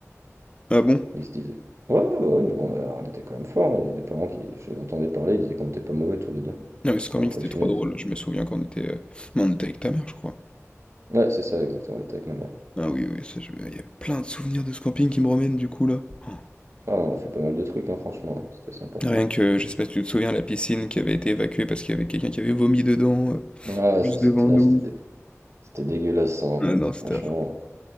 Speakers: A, on the left; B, on the right.
A: Ah bon?
B: Ils se disaient. Ouais, ouais, ouais, on, on était quand même forts. hein. Il y avait des parents qui, je les entendais parler, ils disaient qu'on était pas mauvais tous les deux.
A: Non, mais ce camping
B: Pas impressionnés.
A: c'était trop drôle, je me souviens qu'on était, euh, mais on était avec ta mère, je crois.
B: Ouais, c'est ça, exactement, on était avec ma mère.
A: Ah oui, oui, ça, je... il y a plein de souvenirs de ce camping qui me remènent du coup là. Oh.
B: Ah, on a fait pas mal de trucs, hein, franchement, hein, c'était sympa.
A: Rien que, je sais pas si tu te souviens, la piscine qui avait été évacuée parce qu'il y avait quelqu'un qui avait vomi dedans, euh,
B: Ah,
A: juste
B: ça, c'était
A: devant nous.
B: ah, c'était dé- c'était dégueulasse, hein.
A: Ah non, c'était
B: Franchement.
A: affreux.